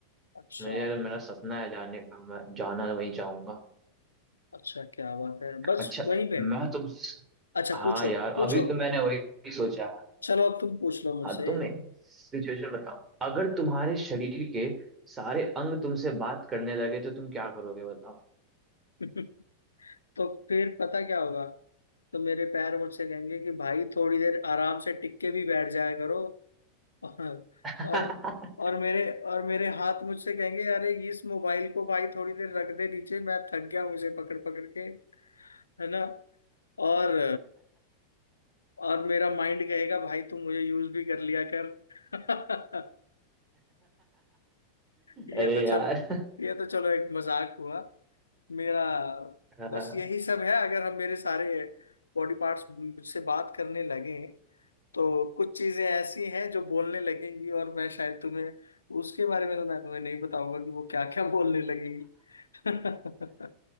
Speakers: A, on the left (about 75°); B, on the right (about 20°).
A: अच्छा
B: मुझे मेरा सपना है जाने का मैं जाना वहीं चाहूंगा
A: अच्छा क्या बात है बस
B: अच्छा
A: वहीं पे
B: मैं तुम
A: अच्छा
B: हाँ
A: पूछो
B: यार
A: पूछो
B: अभी तो मैंने वही सोचा
A: चलो अब तुम पूछ लो मुझसे
B: हाँ तुम एक सिचुएशन बताओ अगर तुम्हारे शरीर के सारे अंग तुमसे बात करने लगे तो तुम क्या करोगे बताओ
A: <laughs> तो फिर पता क्या होगा तो मेरे पैर मुझसे कहेंगे कि भाई थोड़ी देर आराम से टिक के भी बैठ जाया करो और
B: <laughs>
A: और और मेरे और मेरे हाथ मुझसे कहेंगे अरे इस मोबाइल को भाई थोड़ी देर रख दे नीचे मैं थक गया मुझे पकड़ पकड़ के है ना और और मेरा माइंड कहेगा भाई तू मुझे यूज भी कर लिया कर <laughs> ये
B: अरे
A: तो चल
B: यार
A: ये तो चलो एक मजाक हुआ मेरा
B: <laughs>
A: बस यही सब है अगर हम मेरे सारे बॉडी पार्ट्स मुझसे बात करने लगे तो कुछ चीजें ऐसी हैं जो बोलने लगेंगी और मैं शायद तुम्हें उसके बारे में तो मैं तुम्हें नहीं बताऊंगा कि वो क्या क्या बोलने लगेंगी <laughs>